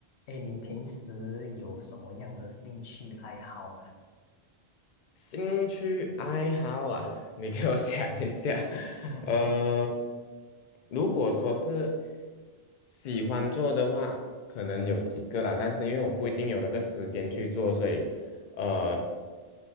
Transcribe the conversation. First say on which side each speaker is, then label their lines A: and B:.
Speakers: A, on the left; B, on the left.
A: 哎，你平时有什么样的兴趣爱好吗？
B: 兴趣爱好啊，<laughs> 你给我想一下。<laughs>
A: <laughs>
B: 呃，如果说是喜欢做的话，可能有几个啦，但是因为我不一定有那个时间去做，所以呃，